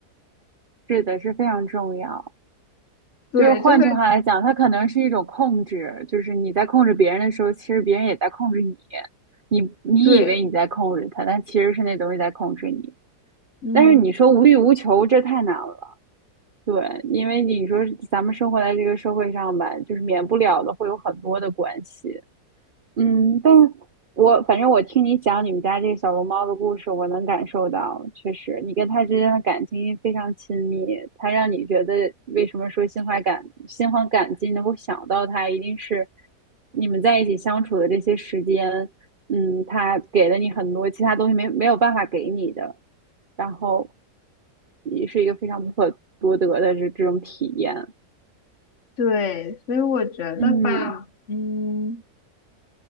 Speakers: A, on the right; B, on the left.
A: 是的，是非常重要。
B: 对，
A: 就是换句话来讲，
B: 就会
A: 它可能是一种控制，就是你在控制别人的时候，其实别人也在控制你。你你以为你在控制他，
B: 对，
A: 但其实是那东西在控制你。
B: 嗯，
A: 但是你说无欲无求，这太难了。对，因为你说咱们生活在这个社会上吧，就是免不了的会有很多的关系，嗯，但我反正我听你讲你们家这个小龙猫的故事，我能感受到，确实你跟它之间的感情非常亲密，它让你觉得为什么说心怀感心怀感激，能够想到它，一定是你们在一起相处的这些时间，嗯，它给了你很多其他东西没没有办法给你的，然后也是一个非常不可多得的这这种体验。
B: 对，所以我觉得吧，
A: 嗯，
B: 嗯。